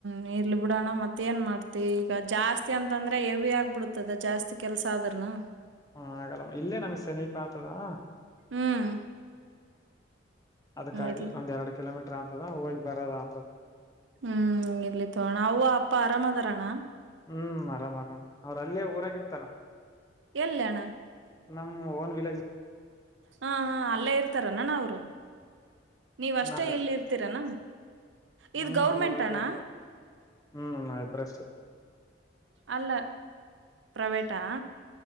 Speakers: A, on the right; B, on the left.
A: ನೀರ್ಲ್ಲಿ ಬಿಡೋಣ ಮತ್ತ ಏನು ಮಾಡ್ತಿವಿ ಈಗ ಜಾಸ್ತಿ ಅಂತಂದ್ರೆ ಹೆವಿ ಆಗ್ಬಿಡ್ತದ ಜಾಸ್ತಿ ಕೆಲಸ ಆದ್ರನು
B: ಹ್ಮ ಆಗಲ್ಲ ಇಲ್ಲೇ ನಮ್ಗ್ ಸಮನೀಪ ಆತದಾ
A: ಹ್ಮ್
B: ಅದಕ್ಕಾಗಿ
A: ಇರ್ಲಿ
B: ಒಂದ್ ಎರಡು ಕಿಲೋಮೀಟರ್ ಅಂತದ ಹೋಗಿ ಬರದ ಅಂತದ
A: ಹ್ಮ್ ಇಲ್ಲಿ ತಗೋಣ ಅವು ಅಪ್ಪ ಆರಾಮದಾರಣ್ಣ
B: ಹ್ಮ್ ಆರಾಮ್ ಆರಾಮ್ ಅವ್ರ ಅಲ್ಲೇ ಊರಾಗಿ ಇರ್ತಾರ
A: ಎಲ್ಲಣ
B: ನಮ್ ಓನ್ ವಿಲೇಜ್
A: ಹಾ ಹಾ ಅಲ್ಲೇ ಇರ್ತಾರ ನಾನ ಅವ್ರು ನೀವ ಅಷ್ಟೇ
B: ನಾಗ
A: ಇಲ್ಲಿ ಇರ್ತೀರನಾ ಇ
B: ಹ್ಮ್
A: ಗೌರ್ಮೆಂಟ್
B: ಊರಾಗೆ
A: ಅಣ್ಣ
B: ಇರ್ತಾರ ಹ್ಮ್ ಷ್ಟ
A: ಅಲ್ಲ ಪ್ರೈವೇಟಾ